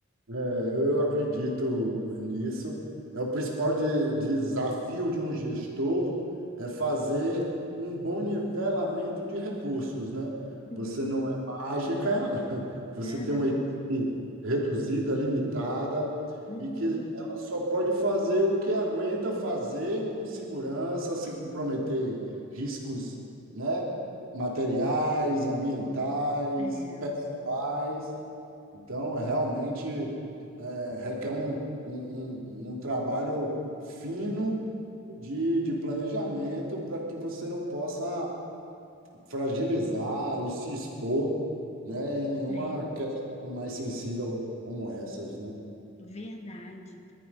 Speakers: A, on the right (about 65°); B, on the left (about 30°).
A: É, eu acredito nisso. É o principal de- desafio de um gestor é fazer um bom nivelamento de recursos, né?
B: Uhum.
A: Você não é mágica, <laughs>
B: Verdade.
A: você tem uma equipe reduzida, limitada,
B: Uhum.
A: e que ela só pode fazer o que aguenta fazer com segurança, sem comprometer riscos, né? Materiais, ambientais,
B: É,
A: pessoais. Então, é realmente é, requer um, um, um, um trabalho fino de, de planejamento para que você não possa fragilizar e se expor, né, em nenhuma
B: é,
A: questão mais sensível como essas, né?
B: verdade.